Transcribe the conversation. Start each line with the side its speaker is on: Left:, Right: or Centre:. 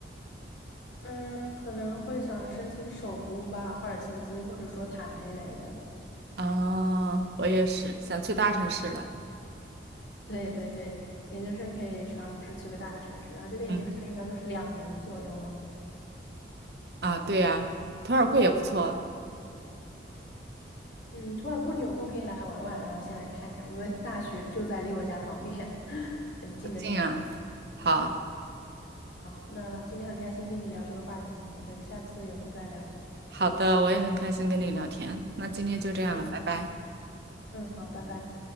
Left: 嗯，可能会想申请首都吧，赫尔辛基或者说坦佩雷的。
Right: 啊，我也是想去大城市了。
Left: 对对对，研究生可以尝试去个大城市，然后这边研究生一般都是两年左右嘛。
Right: 嗯，啊，对呀，图尔库也不错，
Left: 嗯，图尔库你有空可以来玩玩，然后先来看看，因为大学就在离我家旁边，<laughs> 很近的地方。
Right: 好近啊。好，
Left: 好，那今天很开心跟你聊这个话题，我们下次有空再聊。
Right: 好的，我也很开心跟你聊天。那今天就这样了，
Left: 嗯，
Right: 拜拜。
Left: 嗯，好，拜拜。